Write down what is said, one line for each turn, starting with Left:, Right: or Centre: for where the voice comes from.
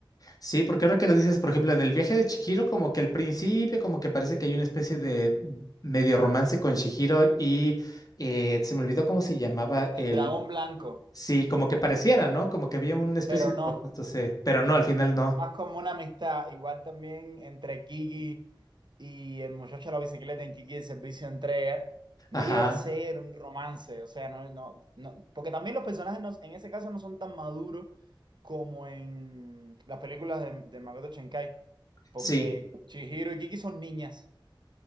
Left: sí, porque ahora que lo dices, por ejemplo, en el viaje de Chihiro, como que al principio, como que parece que hay una especie de medio romance con Chihiro y eh, se me olvidó cómo se llamaba
Right: el
Left: el,
Right: dragón blanco,
Left: sí, como que pareciera, ¿no? Como que había una especie
Right: pero no.
Left: de romance, sí, pero no, al final no.
Right: Es más como una amistad, igual también entre Kiki y el muchacho de la bicicleta en Kiki, el servicio de entrega, no
Left: Ajá,
Right: llega a ser un romance, o sea, no, no, no, porque también los personajes no- en ese caso no son tan maduros como en las películas de, de Makoto Shinkai, porque
Left: sí.
Right: Chihiro y Kiki son niñas.